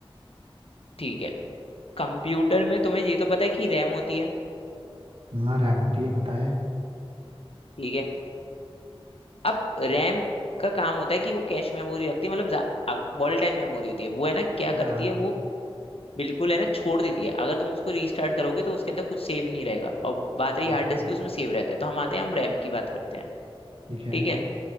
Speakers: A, on the left; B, on the right.
A: ठीक है कंप्यूटर में तुम्हें ये तो पता है कि रैम होती है
B: हाँ रैम होती है पता है
A: ठीक है अब रैम का काम होता है कि वो कैश मेमोरी रखती है मतलब वॉलेटाइल मेमोरी होती है वो है ना क्या
B: हाँ
A: करती है वो बिल्कुल है ना छोड़ देती है अगर तुम उसको रीस्टार्ट करोगे तो उसके अंदर कुछ सेव नहीं रहेगा और बात रही हार्ड
B: हाँ
A: डिस्क की उसमें सेव रहता है तो हम आते हैं हम रैम की बात करते हैं
B: ठीक है
A: ठीक है